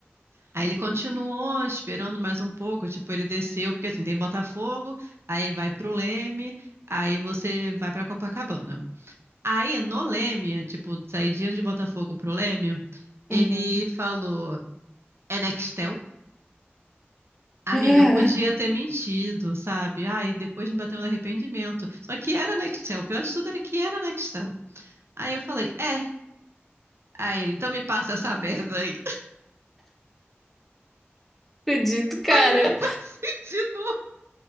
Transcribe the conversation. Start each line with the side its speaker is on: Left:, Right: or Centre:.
Right: Aí ele continuou esperando mais um pouco, tipo, ele desceu, porque assim, tem Botafogo, aí vai pro Leme, aí você vai pra Copacabana. Aí no Leme, tipo, saidinha de Botafogo pro Leme, Ele
Centre: Uhum.
Right: falou, é Nextel? Amiga,
Centre: <laughs>
Right: eu podia
Centre: Ah,
Right: ter mentido, sabe? Ai, depois me bateu um arrependimento. Só que era Nextel. O pior de tudo era que era Nextel. Aí eu falei, é. Aí ele, então me passa essa merda aí.
Centre: acredito, cara.
Right: Aí eu <laughs> passei de novo.